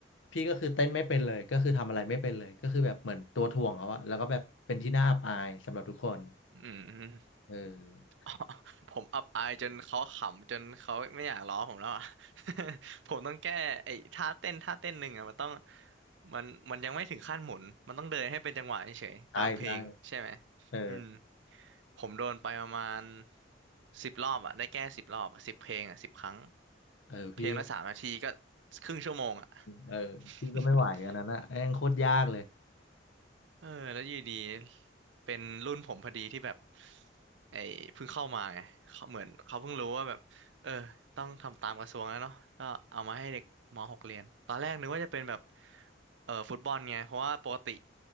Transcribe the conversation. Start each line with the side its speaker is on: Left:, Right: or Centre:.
Left: พี่ก็คือเต้นไม่เป็นเลย ก็คือทำอะไรไม่เป็นเลย ก็คือแบบเหมือนตัวถ่วงเขาอะแล้วก็แบบเป็นที่น่าอับอายสำหรับทุกคน
Right: อืม
Left: เออ
Right: <laughs> ผมอับอายจนเขาขำจนเขาไม่อยากล้อผมแล้วอ่ะ <laughs> ผมต้องแก้ไอ้ท่าเต้นท่าเต้นหนึ่งอ่ะมันต้องมันมันยังไม่ถึงขั้นหมุนมันต้องเดินให้เป็นจังหวะเฉยๆตามเพลงใช่ไหม
Left: ใช่ใช่เออ
Right: อืมผมโดนไปประมาณสิบรอบอ่ะได้แก้สิบรอบสิบเพลงอ่ะสิบครั้ง
Left: เออพี่ก็
Right: เพลงละสามนาทีก็ครึ่งชั่วโมงอ่ะ
Left: เออพี่ก็ไม่ไหวอันนั้นอะแม่งโคตรยากเลย
Right: <laughs> เออแล้วอยู่ดีเป็นรุ่นผมพอดีที่แบบไอ้เพิ่งเข้ามาไงเขาเหมือนเขาเพิ่งรู้ว่าแบบเออต้องทำตามกระทรวงแล้วเนาะก็เอามาให้เด็กม .6 เรียนตอนแรกนึกว่าจะเป็นแบบเออฟุตบอลไงเพราะว่าปกติ